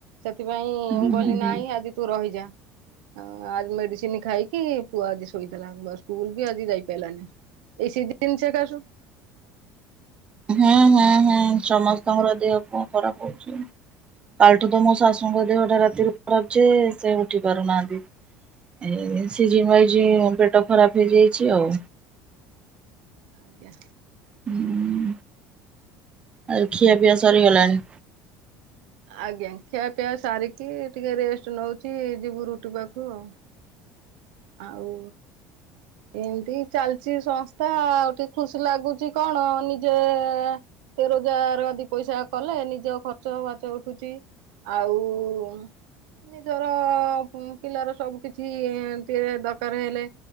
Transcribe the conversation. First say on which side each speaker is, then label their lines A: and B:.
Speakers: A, on the right; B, on the right.
A: ସେଥିପାଇଁ ମୁଁ
B: ହୁଁ
A: କହିଲି
B: ହୁଁ ହୁଁ।
A: ନାଇଁ ଆଜି ତୁ ରହିଯା। ଆଉ ଆଜି ମେଡିସିନ ଖାଇକି ପୁଅ ଆଜି ଶୋଇଥିଲା ସ୍କୁଲ ବି ଆଜି ଯାଇ ପାଇଲାନି। ଏଇ ସିଜିନ ସେକାସୁ।
B: ହୁଁ।
A: ଅଁ।
B: ହଁ ସମସ୍ତଙ୍କର ଦେହ ପାଆ ଖରାପ ହୋଉଚି। କାଲିଠୁ ତ ମୋ ଶାଶୁଙ୍କ ଦେହଟା ରାତିରୁ ଖରାପ ଯେ ସେ ଉଠି ପାରୁନାହାନ୍ତି। ଏ ସିଜିନ ୱାଇଜି ପେଟ ଖରାପ ହେଇଯାଇଚି ଆଉ।
A: ଆଜ୍ଞା।
B: ହୁଁ। ଆଉ ଖିଆପିଆ ସରିଗଲାଣି?
A: ଆଜ୍ଞା ଖିଆପିଆ ସାରିକି ଟିକେ ରେଷ୍ଟ ନୋଉଚି ଯିବୁ ରୁଟି ପାଖକୁ ଆଉ। ଆଉ ଏମତି ଚାଲଚି ସଂସ୍ଥା ଆଉ ଟିକେ ଖୁସି ଲାଗୁଚି କଣ ନିଜେ ଟି ରୋଜଗାର ଦି ପଇସା କଲେ ନିଜ ଖର୍ଚ୍ଚ ବାର୍ଚ୍ଚ ଉଠୁଚି। ଆଉ ଉଁ ନିଜର ପିଲାର ସବୁ କିଛି ଟିକେ ଦରକାର ହେଲେ